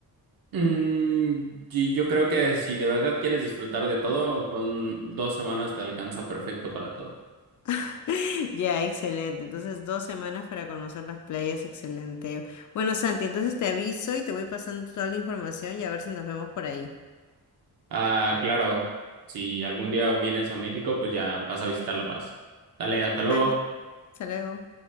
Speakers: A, on the right (about 65°); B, on the left (about 50°).
A: Mm, y yo creo que si de verdad quieres disfrutar de todo, con dos semanas te alcanza perfecto para todo.
B: <laughs> Ya, excelente. Entonces, dos semanas para conocer las playas, excelente. Bueno, Santi, entonces te aviso y te voy pasando toda la información y a ver si nos vemos por ahí.
A: Ah, claro, si algún día vienes a México, pues ya vas a visitar La Paz. Dale, hasta
B: Vale,
A: luego.
B: hasta luego.